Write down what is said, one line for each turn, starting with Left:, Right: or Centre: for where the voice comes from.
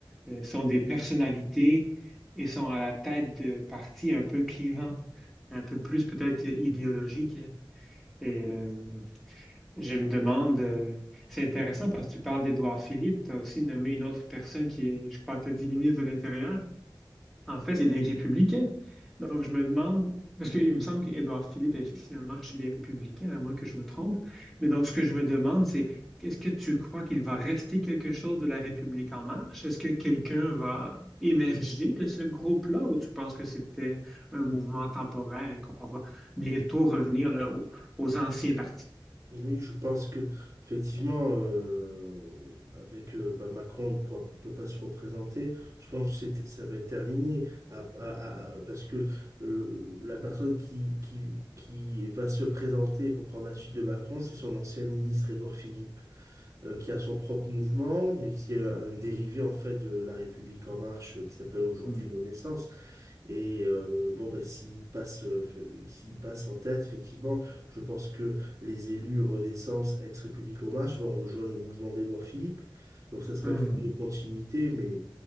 Centre: euh, sont des personnalités et sont à la tête de partis un peu clivants, un peu plus peut-être idéologiques. Et euh, je me demande, euh, c'est intéressant parce que tu parles d'Édouard Philippe, tu as aussi nommé une autre personne qui est, je crois, tu as dit ministre de l'Intérieur. En fait, c'est des républicains. Donc, je me demande, parce qu'il me semble qu'Édouard Philippe est finalement chez les républicains, à moins que je me trompe. Mais donc, ce que je me demande, c'est est-ce que tu crois qu'il va rester quelque chose de la République en marche? Est-ce que quelqu'un va émerger de ce groupe-là ou tu penses que c'était un mouvement temporaire et qu'on va bientôt revenir là, aux, aux anciens partis?
Right: Oui, je pense que effectivement, euh, avec euh, bah, Macron, on pourra- il ne peut pas se représenter. Je pense que c'est- ça va être terminé à- à- à- parce que euh, la personne qui, qui, qui va se présenter pour prendre la suite de Macron, c'est son ancien ministre Édouard Philippe. euh, qui a son propre mouvement, mais qui est un dérivé en fait de La République en marche, euh, qui s'appelle aujourd'hui
Centre: Hmm.
Right: Renaissance. Et euh, bon, ben, s'il passe, euh, f- s'il passe en tête, effectivement, je pense que les élus Renaissance, ex-République en marche, vont rejoindre le mouvement d'Édouard Philippe. Donc, ça sera
Centre: Hmm.
Right: une forme de continuité, mais